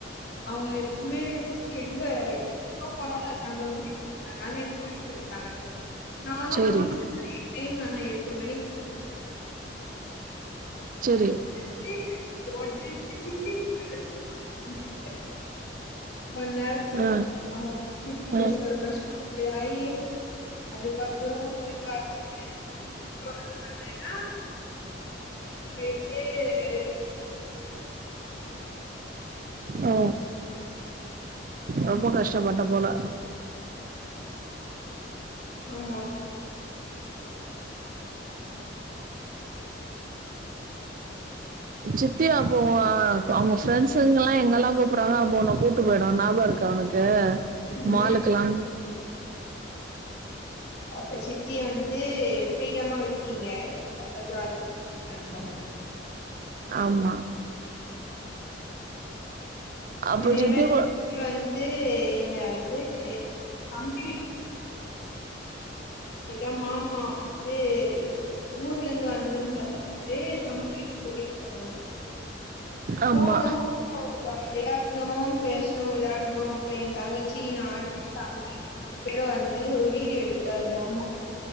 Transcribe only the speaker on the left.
அவுங்க எப்பமே சித்தி எங்க எங்க போனாலும் அத அங்க குடிப்போ ஆனால எனக்கு வாங்குடு தாங்க நானு
குடிச்ச டைம் நேம் ஆனா எட்டு மணிக்கி
<unintelligible> ஒன் நேரத்துல
அவன திட்டி
பேசுவார் நா ஆயி அதுக்கப்புற <unintelligible> காப்பி கலர் பேக்கே ரெடி பணி குடு
ஆமா
ம்
அப்ப சித்தி வந்து ப்ரீடமா விட்டீங்க அத்த ஜாலி ந நவ்
அதே
மாதிரி
வந்து என்ன வந்து தம்பி வீட்டுக்கு இதா மாமாவா இதுஊர்ல இருந்து வந்திருந்தா தம்பி வீட்டுக்கு கூட்டிட்டு போனாங்க
போனு அவுங்க வீட்டுக்கு விளாட நோ பேசணு விளாடணு இப்ப என் தங்கச்சி நானு தம்பி மூணு பேரு வந்து ஒரு வீடியோ எடுத்தாரு மாமா